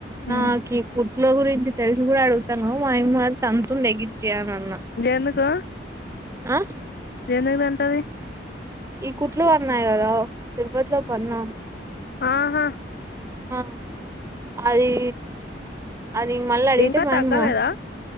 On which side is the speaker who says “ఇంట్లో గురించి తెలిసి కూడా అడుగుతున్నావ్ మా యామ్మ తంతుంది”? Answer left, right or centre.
Right